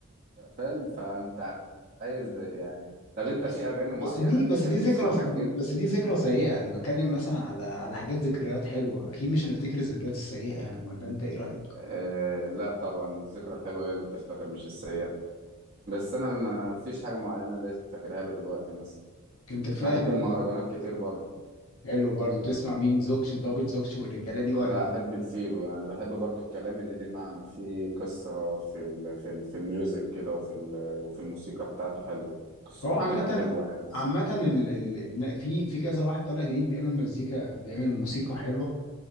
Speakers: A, on the right; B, on the left.
A: فاهم فانت عايز يعني طب انت
B: بس
A: في اغاني
B: بس
A: معينه
B: دي
A: بتحب
B: بس دي ذكرى
A: تسمعها كتير
B: بس دي ذكرى سيئة انا بتكلم مثلا على على حاجات ذكريات حلوة اكيد مش هنفتكر الذكريات السيئة يعني ولا انت ايه رأيك
A: آه لا طبعا الذكرى الحلوه هي اللي بتفتكر مش السيئه بس انا ما فيش حاجه معينه اللي فاكرها له دلوقتي مثلا
B: انت كفاية
A: انا احب المهرجانات
B: ده
A: كتير برضه
B: حلو برضو تسمع مين زوكش دبل زوكش والرجالة دي ولا
A: لا احب الفيلو يعني بحب برضه الكلام اللي ليه معنى فيه قصه في ال في ال في الميوزك كده وفي ال وفي الموسيقى بتاعته حلوه قصته
B: هو عامة
A: بتبقى حلوه يعني
B: عامة ال... ال... ال- في في كذا واحد طالع جديد بيعمل مزيكا بيعمل موسيقى حلوة